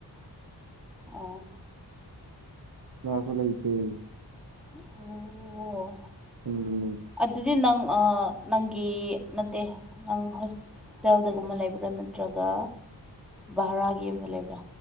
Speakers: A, in the centre; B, on the right (about 55°).
A: ꯑꯣ
B: ꯉꯥꯁꯨ ꯂꯩꯇ‌ꯦ
A: ꯑꯣ
B: <unintelligible>
A: ꯑꯗꯨꯗꯤ ꯅꯪ ꯑꯥ ꯅꯪꯒꯤ ꯅꯠꯇꯦ ꯅꯪ ꯍ‌ꯣꯁ ꯇꯦꯜꯗꯒꯨꯝꯕ ꯂꯩꯕ꯭ꯔꯥ ꯅꯠꯇ꯭ꯔꯒ ꯚꯔꯥꯒꯤ ꯌꯨꯝꯗ ꯂꯩꯕ꯭ꯔꯥ